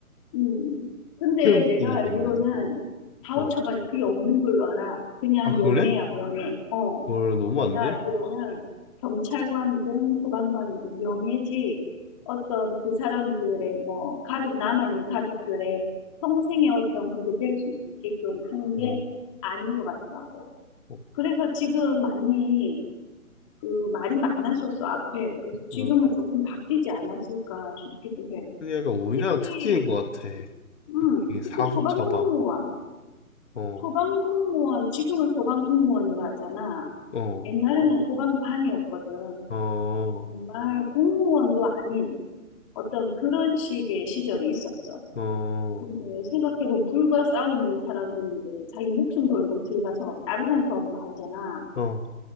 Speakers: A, on the left; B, on the left.
A: 음. 근데
B: 이런 느낌이
A: 내가
B: 있단
A: 알기로는
B: 말이지.
A: 바우처가
B: 어.
A: 그게 없는 걸로 알아. 그냥
B: 아,
A: 명예야,
B: 그래?
A: 명예. 어.
B: 그걸 너무
A: 내가
B: 안 돼?
A: 알기로는 경찰관이든 소방관이든 명예지 어떤 그 사람들의 뭐 가족, 남아있는 가족들의 평생의 어떤 그게 될 수 있게끔 하는 게
B: 어.
A: 아닌 것 같더라고.
B: 어.
A: 그래서 지금 많이 그 말이 많았었어, 앞에. 그래서 지금은
B: 어.
A: 조금 바뀌지 않았을까 싶기도 해.
B: 그게 약간 우리나라
A: 특히
B: 특징인 것 같아.
A: 응,
B: 이 사후
A: 특히 소방공무원.
B: 처방. 어,
A: 소방공무원, 지금은 소방공무원이라 하잖아.
B: 어,
A: 옛날에는 어, 소방관이었거든.
B: 어,
A: 정말 어, 공무원도 아닌 어떤 그런 식의 시절이 있었어.
B: 어,
A: 근데 생각해보면 불과 싸우는 사람들인데 자기 목숨 걸고 들어가서 다른 사람 구하고 나오잖아.
B: 어.